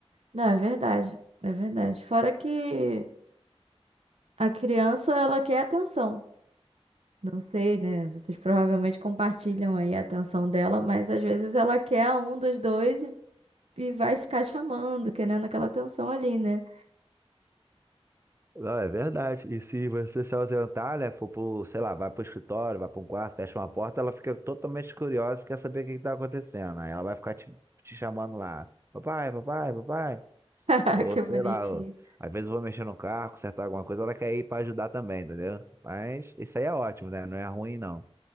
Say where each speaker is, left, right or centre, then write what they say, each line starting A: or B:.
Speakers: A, on the right (about 80°); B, on the right (about 25°).
A: Não, é verdade. É verdade. Fora que a criança, ela quer atenção. Não sei, né? Vocês provavelmente compartilham aí a atenção dela, mas às vezes ela quer um dos dois e, e vai ficar chamando, querendo aquela atenção ali, né?
B: Não, é verdade. E se você se ausentar, né, for pro, sei lá, vai pro escritório, vai pra um quarto, fecha uma porta, ela fica totalmente curiosa, quer saber o que que tá acontecendo. Aí ela vai ficar te, te chamando lá. Papai, papai, papai.
A: <laughs>
B: Ou
A: Que
B: sei
A: bonitinho.
B: lá, ó, às vezes eu vou mexer no carro, consertar alguma coisa, ela quer ir pra ajudar também, entendeu? Mas isso aí é ótimo, né? Não é ruim, não.